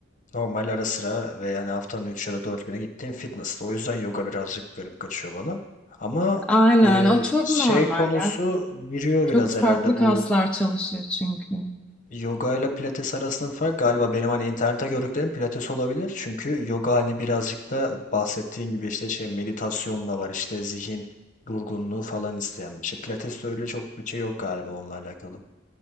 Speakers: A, on the left (about 40°); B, in the centre.
A: normal ara sıra ve yani haftanın 3 ya da 4 güne gittiğim fitness'ta. O yüzden yoga birazcık garip kaçıyor bana. Ama
B: Aynen,
A: e,
B: o çok
A: şey
B: normal
A: konusu
B: ya.
A: giriyor biraz
B: Çok farklı
A: herhalde
B: kaslar
A: bu
B: çalışıyor çünkü.
A: Yoga ile pilates arasında fark galiba benim hani internette gördüklerim pilates olabilir. Çünkü yoga hani birazcık da bahsettiğin gibi işte şey meditasyon da var işte zihin durgunluğu falan isteyen bir şey. Pilates de öyle çok bir şey yok galiba onunla alakalı.